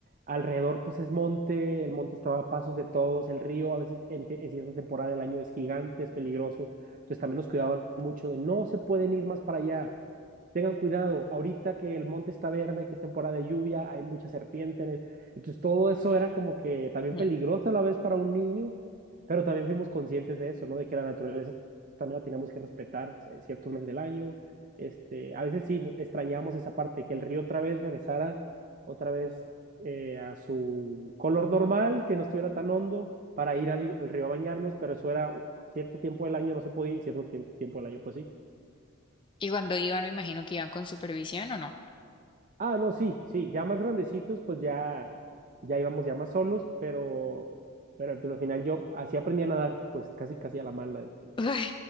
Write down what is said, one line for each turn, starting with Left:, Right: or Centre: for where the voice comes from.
Right: alrededor pues es monte, el monte está a pasos de todos, el río a veces en, te- en cierta temporada del año es gigante, es peligroso, entonces también nos cuidaban mucho de no se pueden ir más para allá, tengan cuidado, ahorita que el monte está verde, que es temporada de lluvia, hay mucha serpiente en el... entonces todo eso era como que también
Left: Mm.
Right: peligroso a la vez para un niño, pero también fuimos conscientes de eso, ¿no? De que la naturaleza también la teníamos que respetar eh, ciertos meses del año, este, a veces sí no- extrañamos esa parte, que el río otra vez regresara, otra vez eh, a su color normal, que no estuviera tan hondo para ir al, al río a bañarnos, pero eso era cierto tiempo del año no se podía y cierto tiem- tiempo del año pues sí.
Left: Y cuando iban, me imagino que iban con supervisión o no.
Right: Ah, no, sí, sí, ya más grandecitos pues ya, ya íbamos ya más solos, pero, pero, pero al final yo así aprendí a nadar, pues casi casi a la mala de que
Left: Ay,